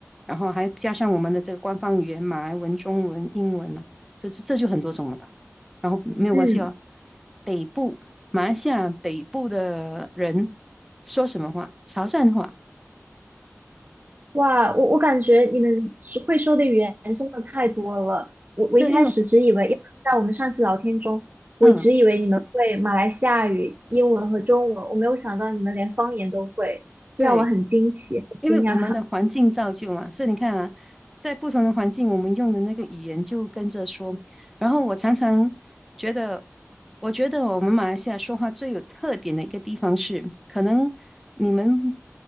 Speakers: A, in the centre; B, on the right.
A: 然后还加上我们的这个官方语言马来文、中文、英文嘛，这这就很多种了吧。然后没有关系哦，
B: 嗯
A: 北部马来西亚北部的人说什么话？潮汕话，
B: 哇，我我感觉你们说会说的语言真的太多了。我我一开始只以为，
A: 那因为
B: 因为在我们上次聊天中，我一直以为你们会马来西亚语、
A: 嗯，
B: 英文和中文，我没有想到你们连方言都会，
A: 对。
B: 这让我很惊奇，很惊讶。
A: 因为我们的环境造就嘛，所以你看啊，在不同的环境，我们用的那个语言就跟着说。然后我常常觉得，我觉得我们马来西亚说话最有特点的一个地方是，可能你们